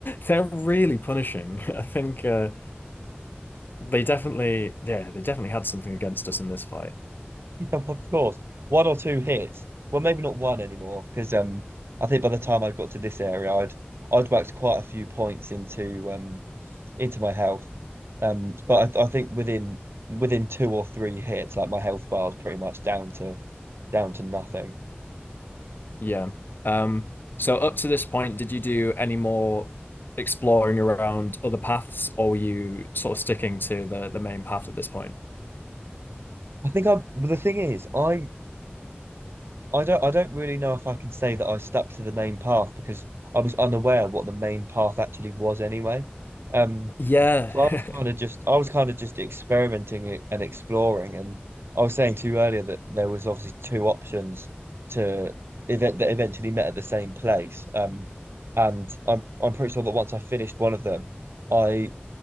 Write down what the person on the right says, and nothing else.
Yeah, of course. One or two hits. Well, maybe not one anymore, because um, I think by the time I got to this area, I'd I'd whacked quite a few points into um into my health. Um, but I, th I think within within two or three hits, like my health bar is pretty much down to down to nothing.
I think I'm. but The thing is, I I don't I don't really know if I can say that I stuck to the main path because I was unaware what the main path actually was anyway. Um,
So I
was kind of just I was kind of just experimenting e- and exploring, and I was saying to you earlier that there was obviously two options to event that eventually met at the same place. Um, and I'm I'm pretty sure that once I finished one of them, I